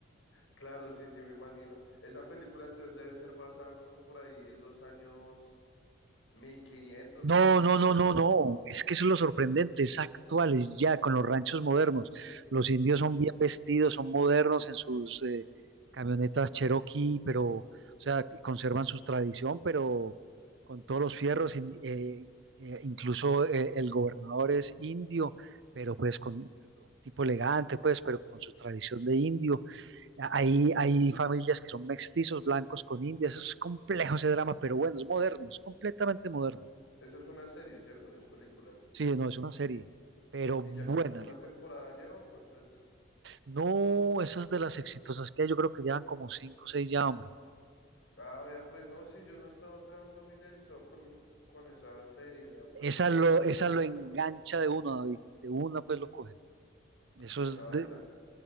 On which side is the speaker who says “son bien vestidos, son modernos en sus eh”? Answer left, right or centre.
Right